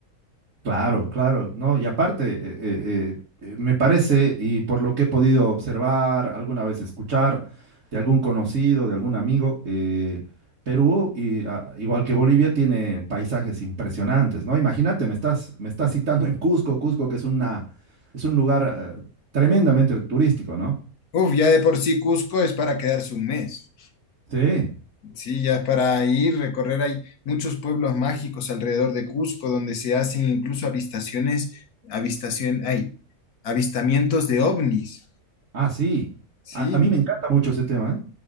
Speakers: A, on the right (about 55°); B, on the left (about 80°).
A: Claro, claro, no, y aparte, eh, eh, eh, eh, me parece, y por lo que he podido observar, alguna vez escuchar de algún conocido, de algún amigo, eh, Perú, y, ah, igual que Bolivia, tiene paisajes impresionantes, ¿no? Imagínate, me estás, me estás citando en Cusco, Cusco, que es una, es un lugar, eh, tremendamente turístico, ¿no?
B: Uf, ya de por sí Cusco es para quedarse un mes.
A: Sí,
B: Sí, ya es para ir, recorrer. Hay muchos pueblos mágicos alrededor de Cusco donde se hacen incluso avistaciones, avistación, hay avistamientos de ovnis.
A: ah, sí.
B: Sí,
A: A, a mí me encanta mucho ese tema, ¿eh?